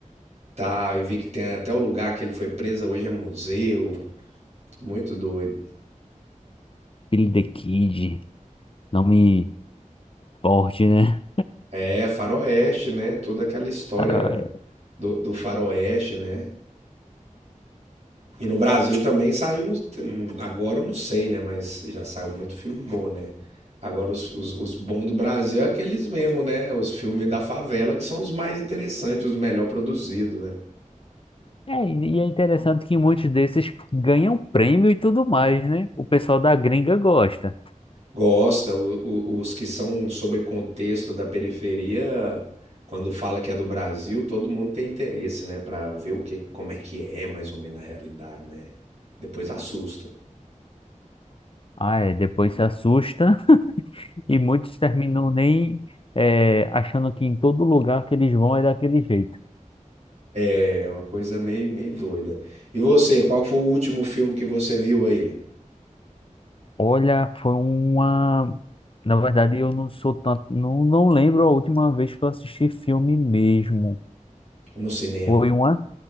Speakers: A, on the right (about 60°); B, on the left (about 45°).
A: tá, e vi que tem até o lugar que ele foi preso, hoje é museu, muito doido.
B: Billy the Kid, nome forte, né?
A: É, Faroeste, né, toda aquela história
B: Cara,
A: do, do Faroeste, né, E no Brasil também saiu uns. Agora eu não sei, né? Mas já saiu muito filme bom, né? Agora os, os, os bons do Brasil é aqueles mesmo, né? Os filmes da favela que são os mais interessantes, os melhor produzidos, né?
B: É, e e é interessante que muitos desses ganham prêmio e tudo mais, né? O pessoal da gringa gosta.
A: Gosta, o- o- os que são sobre contexto da periferia, quando fala que é do Brasil, todo mundo tem interesse, né? Pra ver o que, como é que é mais ou menos a realidade, né? Depois assusta.
B: Ah, é, depois se assusta <laughs> e muitos terminam nem é, achando que em todo lugar que eles vão é daquele jeito.
A: É uma coisa meio, meio doida. E você, qual foi o último filme que você viu aí?
B: Olha, foi uma. Na verdade, eu não sou tanto. Não, não lembro a última vez que eu assisti filme mesmo.
A: no cinema.
B: Foi uma